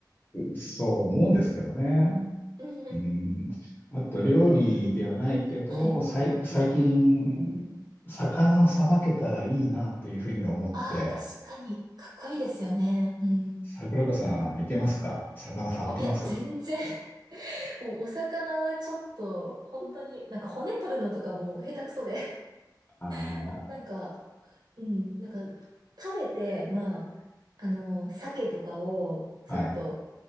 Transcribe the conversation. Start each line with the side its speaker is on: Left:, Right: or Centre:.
Left: そう思うんですけどね。
Right: <laughs> うん
Left: うん。あと、
Right: なるほど。
Left: 料理ではないけど、
Right: はい。
Left: さい、最近、魚をさばけたらいいなというふうに思って、
Right: ああ、確かに、かっこいいですよね。うん。
Left: 桜子さん、いけますか魚さばけます
Right: いや、全然お、お魚はちょっと、本当に、なんか骨取るのとかも下手くそで。
Left: あの、
Right: <laughs> なんか、うん、なんか、食べて、まあ、あの、鮭とかを、ちょっと、
Left: はい。